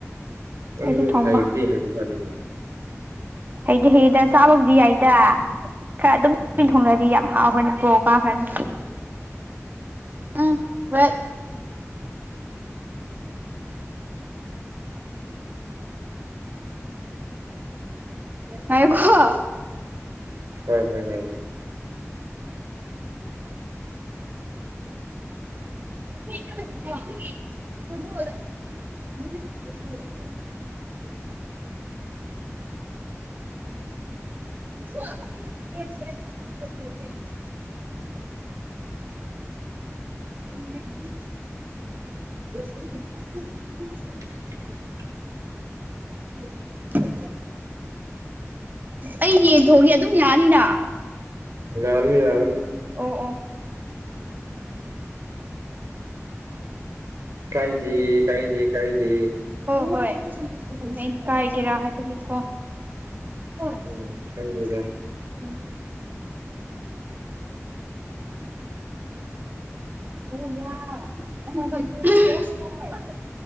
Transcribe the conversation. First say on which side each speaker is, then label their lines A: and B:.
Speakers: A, on the right (about 80°); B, on the right (about 35°).
A: ꯅꯪꯁꯨ
B: ꯑꯩꯁꯨ ꯊꯣꯡꯕ
A: ꯍꯥꯏꯕꯗꯤ ꯍꯥꯏꯕ ꯃꯜꯂꯦ
B: ꯍꯩꯗꯤ ꯍꯩꯌꯦꯗ ꯆꯥꯕꯕꯨꯗꯤ ꯌꯥꯏꯗ ꯈꯔ ꯑꯗꯨꯝ ꯑꯩꯅ
A: ꯎꯝ
B: ꯊꯣꯡꯉꯥꯗꯤ ꯌꯥꯝ ꯍꯥꯎꯈ꯭ꯔꯅꯤ ꯒꯣ ꯀꯥꯈ꯭ꯔꯅꯤ ꯎꯝ ꯍꯣꯏ ꯄꯥꯢꯌꯨꯒꯣ
A: ꯍꯣꯢ ꯍꯣꯢ ꯍꯣꯢ
B: <inaudible>
A: ꯎꯝ
B: ꯁ <inaudible> ꯑꯦ <inaudible> ꯎ <inaudible> <unintelligible>
A: <unintelligible>
B: ꯑꯗꯨ <inaudible> ꯑꯩ ꯌꯦꯟ ꯊꯣꯡꯒꯦ ꯑꯗꯨꯝ ꯌꯥꯅꯤꯅ
A: ꯌꯥꯒꯥꯅꯤ ꯌꯥꯒꯥꯅꯤ
B: ꯑꯣ ꯑꯣ
A: ꯀꯥꯏꯗꯦ ꯀꯥꯏꯗꯦ ꯀꯥꯏꯗꯦ
B: ꯍꯣ ꯍꯣꯏ ꯑꯩꯅ ꯀꯥꯏꯒꯦꯔꯥ ꯍꯥꯏꯕꯗꯨꯀꯣ ꯀꯁꯤꯝ
A: ꯎꯝ
B: <inaudible>
A: ꯀꯥꯏꯗꯦꯗ <inaudible>
B: ꯑꯣ ꯌꯥ ꯑ <unintelligible>